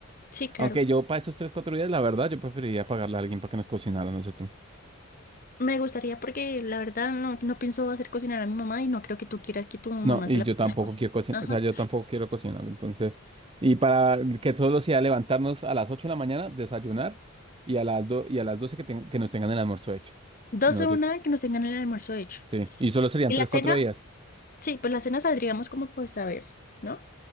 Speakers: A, on the left; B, on the right.
A: sí, claro.
B: Aunque yo para esos tres, cuatro días, la verdad, yo preferiría pagarle a alguien para que nos cocinara, no sé tú.
A: Me gustaría porque la verdad no, no pienso hacer cocinar a mi mamá y no creo que tú quieras que tu mamá
B: No, y
A: se la
B: yo
A: ponga
B: tampoco
A: a cocinar.
B: quiero cocinar,
A: Ajá.
B: o sea, yo tampoco quiero cocinar, entonces. Y para que solo sea levantarnos a las 8 de la mañana, desayunar, y a las do- y a las 12 que, ten- que nos tengan el almuerzo hecho.
A: doce
B: Y nosotros,
A: una que nos tengan el almuerzo hecho.
B: sí. Y solo serían
A: ¿Y
B: tres,
A: la cena?
B: cuatro días.
A: Sí, pues la cena saldríamos como pues a ver, ¿no?